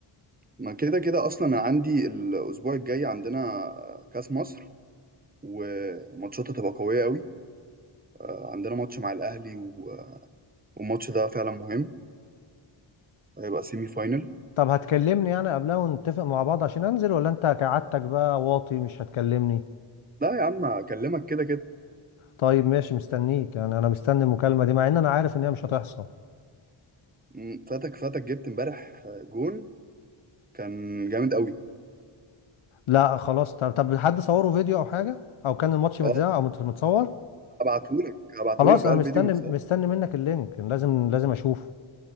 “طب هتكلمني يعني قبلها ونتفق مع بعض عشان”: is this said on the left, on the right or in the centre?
Left